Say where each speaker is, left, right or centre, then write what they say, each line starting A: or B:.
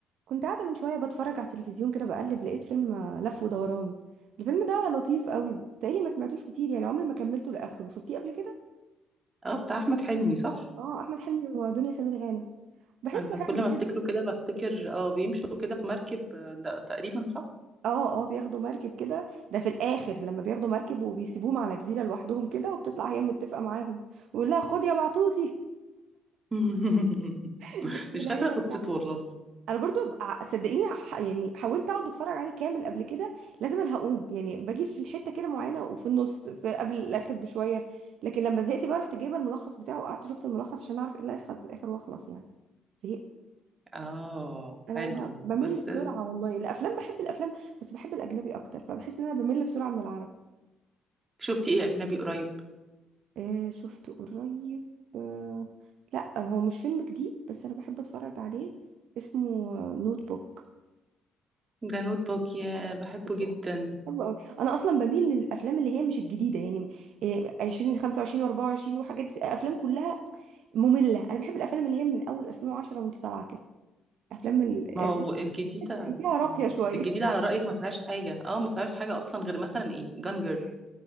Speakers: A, on the right (about 65°); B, on the right (about 30°).
A: كنت قاعدة من شوية بتفرج على التلفزيون كده بقلب لقيت فيلم آه، لف ودوران الفيلم ده لطيف قوي تقريبا ما سمعتوش كتير يعني عمري ما كملته لآخره شفتيه قبل كده
B: اه بتاع احمد حلمي صح
A: اه احمد حلمي ودنيا سمير غانم بحسه
B: انا
A: حلو
B: كل ما افتكره
A: كده
B: كده بفتكر اه بيمشوا كده في مركب آه، ده تقريبا صح
A: اه اه بياخدوا مركب كده ده في الاخر لما بياخدوا مركب وبيسيبوهم على جزيرة لوحدهم كده وبتطلع هي متفقة معاهم ويقول لها خد يا بعطوتي
B: <laughs>
A: <laughs> اسم
B: مش
A: العيلة
B: فاكره قصته
A: بتاعها
B: والله
A: انا برضو ع- صدقيني ح- يعني حاولت اقعد اتفرج عليه كامل قبل كده لازم انا هقوم يعني باجي في الحته كده معينه وفي النص في قبل الاخر بشويه لكن لما زهقت بقى رحت جايبه الملخص بتاعه وقعدت شفت الملخص عشان اعرف ايه اللي هيحصل في الاخر واخلص يعني زهقت
B: اه
A: انا
B: حلو
A: ب- بمل
B: بس
A: بسرعه
B: آه،
A: والله الافلام بحب الافلام بس بحب الاجنبي اكتر فبحس ان انا بمل بسرعه من العربي
B: شفتي ايه اجنبي قريب
A: آه شفت قريب آه لا هو مش فيلم جديد بس انا بحب اتفرج عليه اسمه نوت بوك
B: ده نوت بوك يا
A: آه.
B: بحبه
A: حلو
B: جدا
A: حلو قوي انا اصلا بميل للافلام اللي هي مش الجديده يعني إيه، 20 25 و24 وحاجات افلام كلها ممله انا بحب الافلام اللي هي من اول 2010 وانت طالعه كده افلام ال-
B: ما هو
A: الرومانسية
B: الجديده
A: كان فيها راقيه شويه
B: الجديده على رايك ما فيهاش حاجه اه ما فيهاش حاجه اصلا غير مثلا ايه جانجر